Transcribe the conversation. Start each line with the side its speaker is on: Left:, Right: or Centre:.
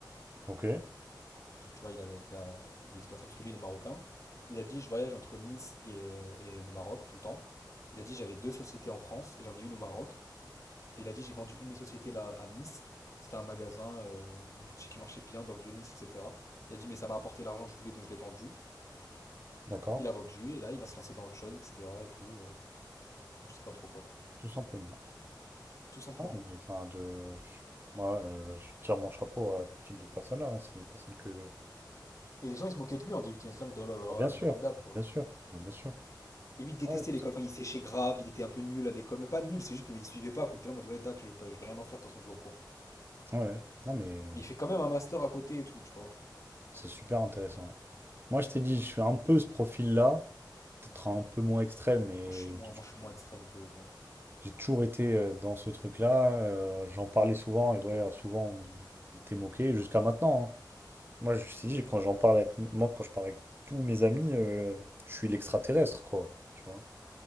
Right: Ok,
Left: Donc tu vois, il a, il a, il est expatrié parce que lui, il est marocain. Il a dit, je voyage entre Nice et, euh, et le Maroc tout le temps. Il a dit, j'avais deux sociétés en France et j'en ai une au Maroc. Et il a dit, j'ai vendu une de mes sociétés là à Nice. C'était un magasin, euh, une boutique qui marchait bien dans le vieux Nice, etc. Il a dit, mais ça m'a rapporté l'argent que je voulais, donc je l'ai vendu.
Right: d'accord,
Left: Il a vendu et là, il va se lancer dans autre chose, etc. Et tout. euh. donc je sais pas trop quoi.
Right: tout simplement.
Left: Tout simplement.
Right: Ah, mais enfin, de... moi, euh, je tire mon chapeau à ce type de personnes-là. hein. C'est des personnes que.
Left: Et les gens, ils se moquaient de lui en DUT. Ils étaient en mode, oh là là,
Right: Ah, bien sûr,
Left: bah, comme d'hab, quoi.
Right: bien sûr, mais bien sûr.
Left: Et lui, il détestait
Right: Ah Ouais, tout
Left: l'école.
Right: à
Left: Enfin, il séchait grave, il était un peu nul à l'école. Mais pas nul, c'est juste qu'il suivait pas, quoi. Il était là en mode, ouais, dac, je vais pas- je vais rien en faire, de toute façon, je vais au cours.
Right: fait. ouais, ouais. Non, mais
Left: Mais il fait quand même un master à côté et tout, tu vois.
Right: c'est super intéressant. Moi, je t'ai dit, je suis un peu ce profil-là, peut-être un peu moins extrême, mais
Left: Moi, je suis moins, moi, je suis moins extrême que quand même.
Right: J'ai toujours été euh, dans ce truc-là. euh, j'en parlais souvent et ouais, souvent on était moqué jusqu'à maintenant. hein. Moi, je me suis quand j'en parle avec, moi, quand je parle avec tous mes amis, euh, je suis l'extraterrestre, quoi. Tu vois?